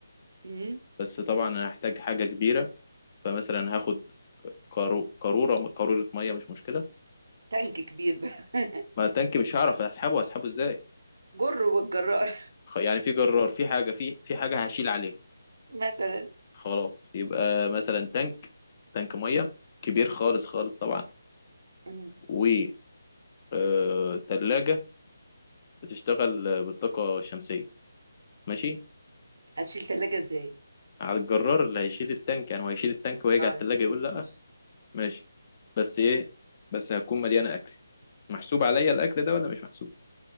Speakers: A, on the right; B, on the left.
A: امم
B: بس طبعا انا هحتاج حاجه كبيره فمثلا هاخد كارو قاروره قاروره ميه مش مشكله
A: تانك كبير بقى
B: ما
A: <laughs>
B: التانك مش هعرف اسحبه اسحبه ازاي
A: جر والجرار
B: خ- يعني في جرار في حاجه في في حاجه هشيل عليه
A: مثلا
B: خلاص يبقى مثلا تانك تانك ميه كبير خالص خالص طبعا
A: مم.
B: و آه، تلاجة بتشتغل بالطاقه الشمسيه ماشي
A: هتشيل ثلاجه ازاي
B: على الجرار اللي هيشيل التانك يعني هو هيشيل التانك وهيجي
A: طيب
B: على التلاجة يقول لا
A: ماشي
B: ماشي بس ايه بس هتكون مليانه اكل محسوب عليا الاكل ده ولا مش محسوب